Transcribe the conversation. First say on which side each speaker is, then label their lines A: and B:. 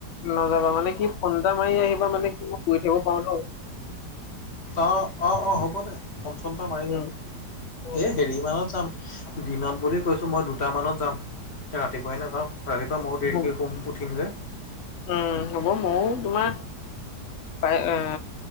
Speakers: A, on the left (about 55°); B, on the left (about 40°).
A: নাযাবা মানে কি ফন এটা মাৰি আহিবা মানে কি শুই থাকিব পাৰুতো।
B: অঁ অঁ হ'ব দে ফোন চন এটা মাৰি
A: উম,
B: যাম।
A: উম,
B: এ হেৰি মানত যাম দিনত বুলি কৈছো মই দুটা মানত যাম। ৰাতিপুৱাই নাযাওঁ ৰাতিপুৱা মইয়ো
A: উম,
B: দেৰিকৈ
A: উম,
B: শুম উঠিম যে,
A: উম হ'ব মইয়ো তোমাৰ পাই আ,